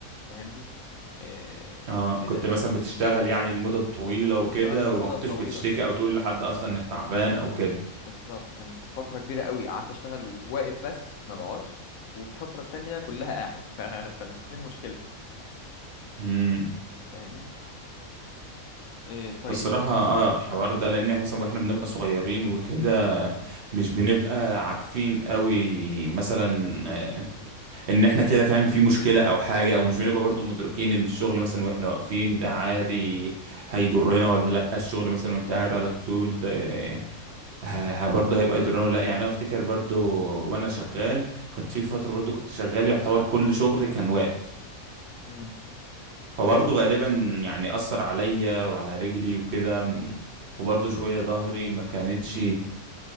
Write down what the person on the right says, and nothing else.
اه
كنت
مثلا بتشتغل يعني لمدة طويلة
وكده
وما كنتش
بتشتكي او تقول لحد اصلا انك تعبان او كده
امم
بصراحة اه الحوار ده لان احنا مثلا واحنا بنبقى صغيرين وكده مش بنبقى عارفين قوي مثلا آه، ان احنا كده فاهم في مشكلة او حاجة او مش بنبقى برضو مدركين ان الشغل مثلا واحنا واقفين ده عادي هيضرنا ولا لا الشغل مثلا وانت قاعد على طول آه، ه- برضه هيبقى يضرنا ولا لا يعني انا افتكر برضو وانا شغال كنت في فترة برضو كنت شغال يعتبر كل شغلي كان واقف
فبرضه غالبا يعني أثر عليا وعلى رجلي وكده م- وبرضه شوية ظهري ما كانتش